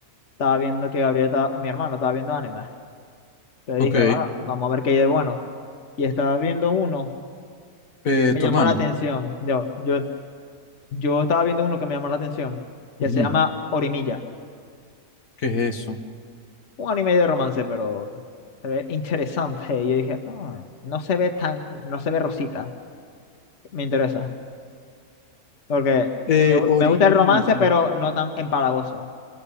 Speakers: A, on the left; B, on the left.
A: Estaba viendo que Gabriel, estaba- mi hermano, estaba viendo anime. Entonces
B: Ok.
A: dije, bueno, vamos a ver qué hay de bueno. Y estaba viendo uno
B: Eh,
A: que me
B: tu
A: llamó
B: hermano.
A: la atención. Yo, yo, yo estaba viendo uno que me llamó la atención.
B: Ujú.
A: Que se llama Orimilla.
B: ¿Qué es eso?
A: un anime de romance, pero se ve interesante. Y yo dije, "Ah, no se ve tan, no se ve rosita. Me interesa. Porque
B: Eh,
A: me, gu-
B: Orimilla.
A: me gusta el romance, pero no tan empalagoso,